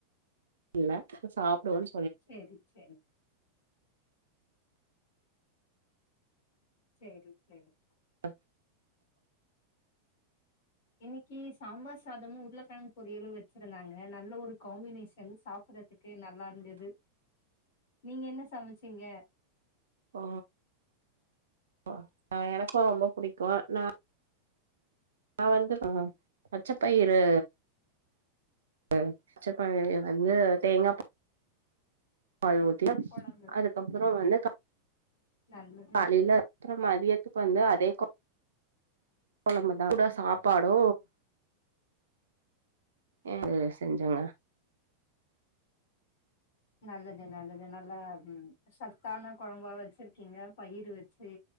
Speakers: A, on the right; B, on the left.
A: இல்ல அப்றோ சாப்டுவோன்
B: செரி செரி சேரி சேரி
A: அ
B: இன்னைக்கி சாம்பார் சாதமு உருளக்கெழங் பொரியலு வெச்சிருந்தாங்க நல்ல ஒரு காம்பினேஷன் சாப்பிட்றதுக் கு நல்லா இருந்தது நீங்க என்ன சமச்சீங்க
A: ஒ ஒ அ எனக்கு ரொம்ப புடிக்கு நா நா வந்து அ அ பச்சப்பயிரு அ பச்சப்பயிரு வந்து தேங்கா பால் ஊத்தி
B: கொழம்பு
A: அதுக்கப்பற வந்து
B: நல்லது
A: காலையில அப்பற மதியத்துக்கு வந்து அதே குழம்புதா சூடா சாப்பாடு ஏ செஞ்சங்க
B: நல்லது நல்லது நல்லா சத்தான குழம்பா வச்சிருக்கீங்க பயிரு வச்சி